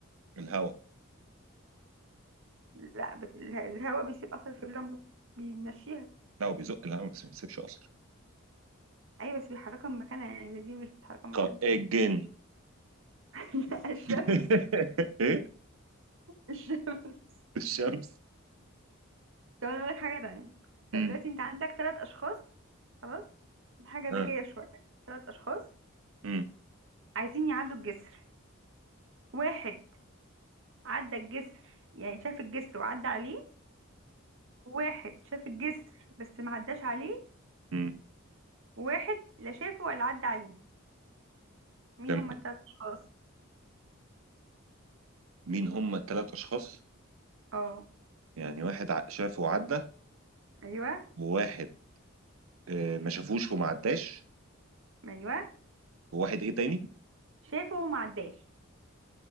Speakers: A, on the right (about 80°); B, on the right (about 65°).
A: الهوا
B: لا بت... اله- الهوا بيسيب اثر في الرمله بيمشيها
A: لا هو بيزق الهوا بس ما بيسيبش اثر
B: ايوه بس بيحركها من مكانها يعني دي مش بتحركها من
A: ق-
B: مكانها
A: إيه الجن
B: <laughs> لا الشمس
A: <laughs> ايه
B: الشمس
A: الشمس
B: طب انا اقول لك حاجه تانية طب
A: امم
B: دلوقتي انت عندك ثلاث اشخاص خلاص دي حاجه ذكيه
A: ها
B: شويه ثلاث اشخاص
A: امم
B: عايزين يعدوا الجسر واحد عدى الجسر يعني شاف الجسر وعدى عليه واحد شاف الجسر بس ما عداش عليه
A: امم
B: واحد لا شافه ولا عدى عليه مين
A: تمام
B: هما الثلاث اشخاص
A: مين هم الثلاث اشخاص
B: اه
A: يعني واحد ع- شافه وعدى
B: ايوه
A: وواحد آه، ما شافوش وما عداش
B: ايوه
A: وواحد ايه تاني
B: شافه وما عداش